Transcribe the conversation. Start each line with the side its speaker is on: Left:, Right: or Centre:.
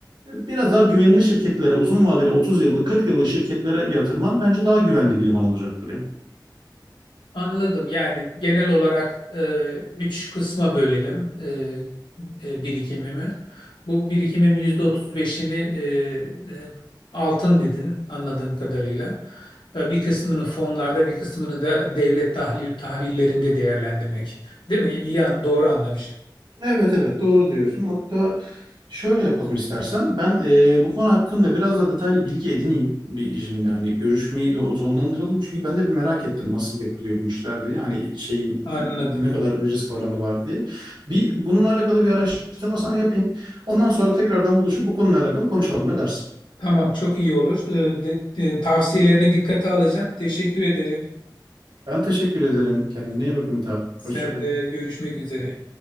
Right: E, Biraz daha güvenilir şirketlere, uzun vadeli 30 yıllık, 40 yıllık şirketlere yatırman bence daha güvenli bir liman olacaktır ya.
Left: Anladım. Yani genel olarak e, üç kısma bölelim e, e, birikimimi. Bu birikimim yüzde otuz beşini e, e, altın dedin anladığım kadarıyla. E, bir kısmını fonlarda, bir kısmını da devlet tahvil, tahvillerinde değerlendirmek. Değil mi? İyi, an- doğru anlamışım.
Right: Evet evet doğru diyorsun. Hatta şöyle yapalım istersen. Ben e, bu konu hakkında biraz daha detaylı bilgi edineyim. Bir, şimdi hani görüşmeyi de sonlandıralım. Çünkü ben de bir merak ettim nasıl yapılıyor bu işler diye. Hani şeyin
Left: Anladım.
Right: e, ne kadar risk oranı var diye. Bir bununla alakalı bir araştırma sana yapayım. Ondan sonra tekrardan buluşup bu konuyla alakalı konuşalım. Ne dersin?
Left: Tamam, çok iyi olur. E, de- de- tavsiyelerini dikkate alacağım. Teşekkür ederim.
Right: Ben teşekkür ederim. Kendine iyi bak Ümit abi.
Left: Sen
Right: Hoşça kal.
Left: de görüşmek üzere.